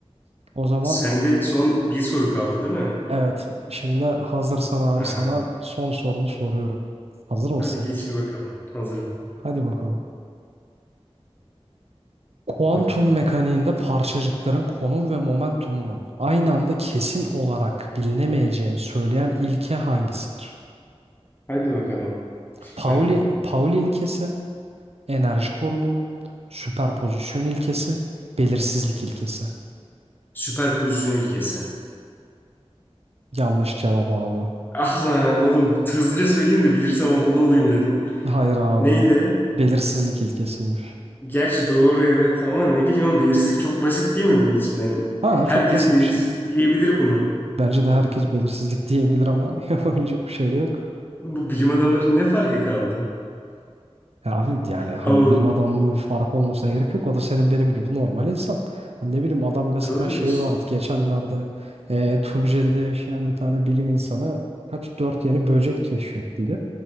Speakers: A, on the right; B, on the left.
A: O zaman
B: Sende son bir soru kaldı değil mi?
A: evet. Şimdi hazırsan abi
B: Ha,
A: sana son sorunu soruyorum. Hazır mısın?
B: hadi geçir bakalım. Hazırım.
A: Hadi bakalım. Kuantum
B: Hı.
A: mekaniğinde parçacıkların konum ve momentumunun aynı anda kesin olarak bilinemeyeceğini söyleyen ilke hangisidir?
B: Hadi bakalım. Şıklar
A: Pauli,
B: ne?
A: Pauli ilkesi, Enerji korunumu, süperpozisyon ilkesi, belirsizlik ilkesi.
B: Süperpozisyon ilkesi.
A: Yanlış cevap abi.
B: Ah lan oğlum hızlıca söyleyeyim de bilirsem havalı olayım dedim.
A: Hayır abi.
B: Neydi?
A: Belirsizlik ilkesiymiş.
B: Gerçi doğru evet ama ne bileyim oğlum, belirsizlik çok basit değil mi bunun için? Hani
A: Ha
B: herkes
A: çok basit
B: belirsizlik
A: bir şey.
B: diyebilir buna.
A: Bence de herkes belirsizlik diyebilir ama <laughs> yapabilecek bir şey de yok.
B: Oğlum bu bilim adamlarının ne farkı kaldı?
A: Ya abi yani hani
B: Ama o,
A: bilim adamının bir farkı olmasına gerek yok. O da senin benim gibi normal insan. Hani ne bileyim adam mesela
B: Doğru
A: şey
B: diyorsun.
A: vardı geçenlerde eee Tunceli'de yaşayan bir tane bilim insanı kaç dört yeni böcek keşfettiydi.